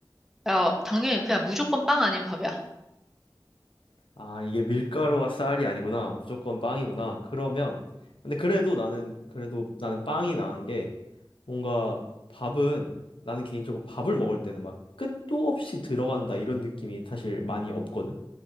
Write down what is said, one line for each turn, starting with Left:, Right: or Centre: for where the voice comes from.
Centre: 야, 당연히 그냥 무조건 빵 아니면 밥이야.
Left: 아 이게 밀가루와 쌀이 아니구나. 무조건 빵이구나. 그러면 근데 그래도 나는 그래도 나는 빵이 나은 게 뭔가 밥은 나는 개인적으로 밥을 먹을 때는 막 끝도 없이 들어간다 이런 느낌이 사실 많이 없거든.